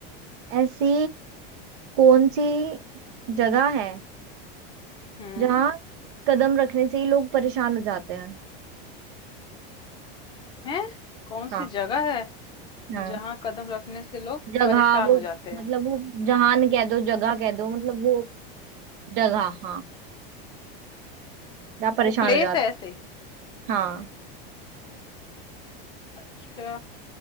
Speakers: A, on the right; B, on the left.
A: ऐसी कौन सी जगह है
B: हम्म
A: जहाँ कदम रखने से ही लोग परेशान हो जाते हैं
B: है कौन
A: हाँ
B: सी जगह है
A: हाँ
B: जहाँ कदम रखने से लोग
A: जगह
B: परेशान
A: वो
B: हो जाते
A: मतलब
B: हैं
A: वो जहान कह दो जगह कह दो मतलब वो जगह हाँ जहाँ परेशान
B: वो प्लेस
A: हो जाते
B: है ऐसे ही
A: हैं। हाँ
B: अच्छा